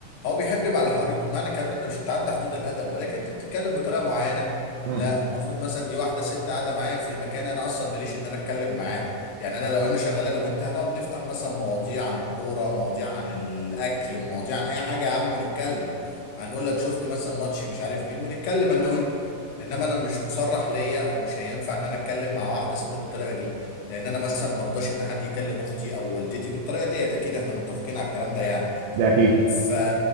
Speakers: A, on the left (about 80°); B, on the right (about 80°).
A: هو بيحب يبقى على حريته معنى كده إن انت مش بتعدي حدود الادب ولكن انت بتتكلم بطريقة معينة
B: امم
A: لا المفروض مثلا دي واحدة ست قاعدة معايا في المكان انا اصلا ماليش ان انا اتكلم معاه يعني انا لو انا شغال انا وانت هنقعد نفتح مثلا مواضيع عن الكورة مواضيع عن الاكل مواضيع عن اي حاجة يا عم ونتكلم هنقول لك شفت مثلا ماتش مش عارف مين ونتكلم انا وانت انما انا مش مصرح ليا او مش هينفع ان انا اتكلم مع واحدة ست بالطريقة دي لان انا مثلا ما ارضاش ان حد يكلم اختي او والدتي بالطريقه ديت اكيد احنا متفقين على الكلام ده يعني
B: ده اكيد
A: ف...